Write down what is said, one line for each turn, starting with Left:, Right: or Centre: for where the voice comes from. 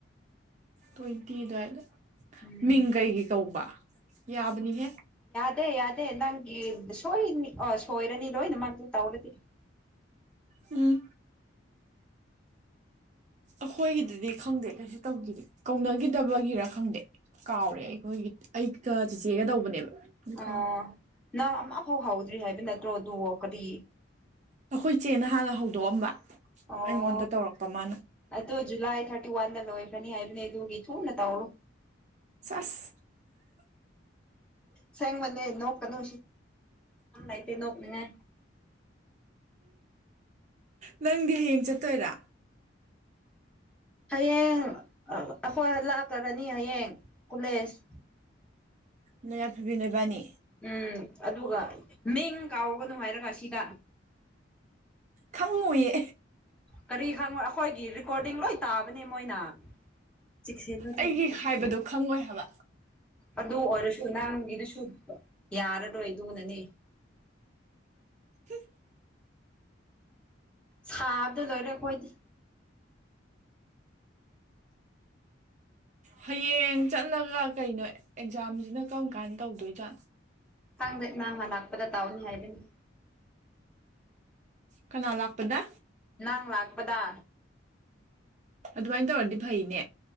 Right: ꯇ꯭ꯋꯦꯟꯇꯤꯗ ꯍꯥꯏꯗ
Centre: ꯎꯝ
Right: ꯃꯤꯡ ꯀꯩꯒꯤ ꯀꯧꯕ ꯌꯥꯕꯅꯤꯍꯦ
Centre: ꯑꯗꯦ ꯌꯥꯗꯦ ꯅꯪꯒꯤ ꯁꯣꯏꯅꯤ ꯁꯣꯏꯔꯅꯤ ꯂꯣꯏꯅꯃꯛꯪꯛꯇ ꯇꯧꯔꯗꯤ
Right: ꯎꯝ ꯑꯩꯈꯣꯏꯒꯤꯗꯨꯗꯤ ꯈꯪꯗꯦ ꯀꯩꯁꯨ ꯇꯧꯈꯤꯗꯦ ꯀꯧꯅꯈꯤꯗꯕꯒꯤꯔ ꯈꯪꯗꯦ ꯀꯥꯎꯔꯦ ꯑꯩꯈꯣꯏꯒꯤ ꯑꯩꯒ ꯆꯦꯆꯦꯒ ꯇꯧꯕꯅꯦꯕ ꯑꯗꯨ
Centre: ꯑ
Right: ꯀꯥꯎꯔꯦ
Centre: ꯅꯪ ꯑꯃ ꯐꯥꯎ ꯍꯥꯎꯗ꯭ꯔꯤ ꯍꯥꯏꯕ ꯅꯠꯇ꯭ꯔꯣ ꯑꯗꯨ ꯀꯔꯤ
Right: ꯑꯩꯈꯣꯏ ꯆꯦ ꯅꯍꯥꯟꯅ ꯍꯧꯗꯣꯛꯑꯝꯕ
Centre: ꯑꯣ
Right: ꯑꯩꯉꯣꯟꯗ ꯇꯧꯔꯛꯄ ꯃꯥꯅ
Centre: ꯑꯗꯨ ꯖꯨꯂꯥꯏ ꯊꯥꯔꯇꯤ ꯋꯥꯟ ꯂꯣꯏ ꯐꯅꯤ ꯍꯥꯏꯕꯅꯤ ꯑꯗꯨꯒꯤ ꯊꯨ ꯅ ꯇꯧꯔꯣ
Right: ꯁꯁ
Centre: ꯁꯦꯡꯦꯡ ꯃꯅꯦ ꯅꯣꯛ ꯀꯅ ꯥꯏꯇꯦ ꯅꯣꯅꯤꯡꯉ
Right: ꯅꯪꯗꯤ ꯍꯌꯦꯡ ꯆꯠꯇꯣꯏꯔꯥ
Centre: ꯍꯌꯦꯡ ꯑꯩꯈꯣꯏ ꯂꯥꯛꯈꯕꯅꯤ ꯍꯌꯦꯡ ꯀꯣꯂꯦꯖ
Right: ꯅꯣꯏꯌꯥ ꯐꯨꯕꯤ ꯅꯣꯏꯕꯥꯅꯤ
Centre: ꯎꯝ ꯑꯗꯨꯒ ꯃꯤꯡ ꯀꯥꯎꯒꯅꯨ ꯍꯥꯏꯔꯒ ꯁꯤꯗ
Right: ꯈꯪꯉꯨꯌꯦ
Centre: ꯀꯔꯤ ꯈꯪꯉꯣ ꯑꯩꯈꯣꯏꯒꯤ ꯔꯦꯀꯣꯔꯗꯤꯡ ꯂꯣꯏ ꯇꯥꯕꯅꯦ ꯃꯣꯏꯅ ꯆꯦꯛꯁꯤꯜꯂꯣꯗ
Right: ꯑꯩꯒꯤ
Centre: ꯂꯁ
Right: ꯍꯥꯏꯕꯗꯣ
Centre: ꯑꯃ
Right: ꯈꯪꯉꯣꯏ ꯍꯥꯏꯕ
Centre: ꯑꯗꯨ ꯑꯣꯏꯔꯁꯨ ꯅꯪꯒꯤꯗꯨꯁꯨ ꯌꯥꯔꯔꯣꯏ ꯑꯗꯨꯅꯅꯦ
Right: ꯍ
Centre: ꯁꯥꯕꯗ ꯂꯣꯏꯔ ꯑꯩꯣꯏꯗꯤ
Right: ꯍꯌꯦꯡ ꯆꯠꯂꯒ ꯀꯩꯅꯣ ꯑꯦꯛꯖꯥꯝꯁꯤꯅ ꯀ ꯀꯥꯏꯅ ꯇꯧꯗꯣꯏꯖꯥꯠ
Centre: ꯈꯪꯗꯦ ꯅꯍꯪꯃ ꯂꯥꯛꯄꯗ ꯇꯥꯎꯅꯤ ꯍꯥꯏꯔꯅꯤ
Right: ꯀꯅꯥ ꯂꯥꯛꯄꯗ
Centre: ꯅꯪ ꯂꯥꯛꯄꯗ
Right: ꯑꯗꯨꯃꯥꯏꯅ ꯇꯧꯔꯗꯤ ꯐꯩꯅꯦ